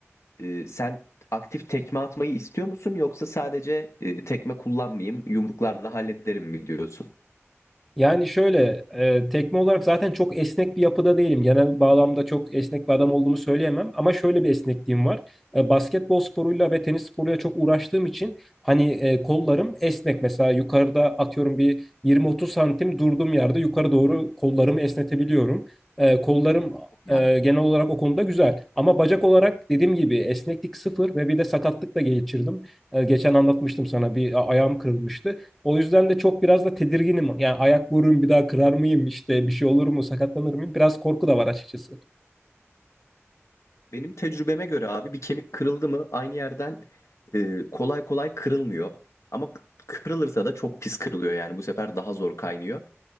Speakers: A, on the left; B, in the centre.
A: Ee, sen aktif tekme atmayı istiyor musun yoksa sadece e, tekme kullanmayayım, yumruklarla hallederim mi diyorsun?
B: Yani şöyle, e, tekme olarak zaten çok esnek bir yapıda değilim. Genel bağlamda çok esnek bir adam olduğumu söyleyemem. Ama şöyle bir esnekliğim var. E, basketbol sporuyla ve tenis sporuyla çok uğraştığım için hani e, kollarım esnek. Mesela yukarıda atıyorum bir 20-30 santim durduğum yerde yukarı doğru kollarımı esnetebiliyorum. E, kollarım
A: Ya
B: e, genel olarak o konuda güzel. Ama bacak olarak dediğim gibi esneklik sıfır ve bir de sakatlık da geçirdim. E, geçen anlatmıştım sana bir a- ayağım kırılmıştı. O yüzden de çok biraz da tedirginim. Yani ayak vururum bir daha kırar mıyım işte bir şey olur mu sakatlanır mıyım? Biraz korku da var açıkçası.
A: benim tecrübeme göre abi bir kemik kırıldı mı aynı yerden e, kolay kolay kırılmıyor. Ama k- kırılırsa da çok pis kırılıyor yani bu sefer daha zor kaynıyor.